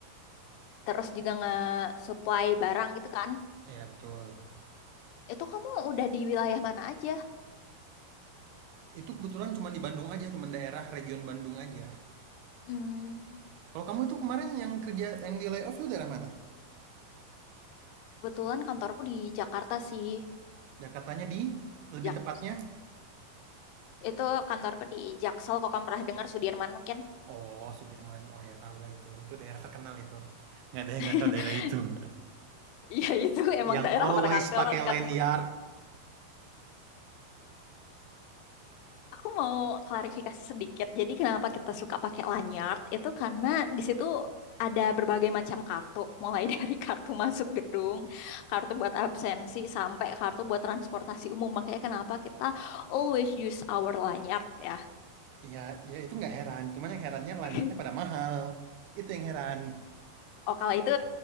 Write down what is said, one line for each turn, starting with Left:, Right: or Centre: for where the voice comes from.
Left: terus juga nge-supply barang gitu kan
Right: ya betul
Left: itu kamu udah di wilayah mana aja?
Right: Itu kebetulan cuma di Bandung aja, cuma daerah region Bandung aja.
Left: Hmm,
Right: Kalau kamu itu kemarin yang kerja yang di layoff itu daerah mana?
Left: kebetulan kantorku di Jakarta sih
Right: Jakartanya di lebih
Left: Jak
Right: tepatnya?
Left: itu kantorku di Jaksel kok kamu pernah dengar Sudirman mungkin?
Right: Oh, Sudirman. Oh ya, tahu lah itu. Itu daerah terkenal itu. Nggak ada yang
Left: <laughs>
Right: nggak tahu daerah itu. <laughs>
Left: Iya itu emang
Right: Yang
Left: daerah
Right: always
Left: perkantoran
Right: pakai
Left: kan.
Right: lanyard.
Left: Aku mau klarifikasi sedikit. Jadi kenapa kita suka pakai lanyard itu karena di situ ada berbagai macam kartu, mulai <laughs> dari kartu masuk gedung, kartu buat absensi, sampai kartu buat transportasi umum. Makanya kenapa kita always use our lanyard ya.
Right: Ya, ya itu nggak heran. Cuman yang herannya lanyardnya
Left: <laughs>
Right: pada mahal. Itu yang heran.
Left: Oh kalau itu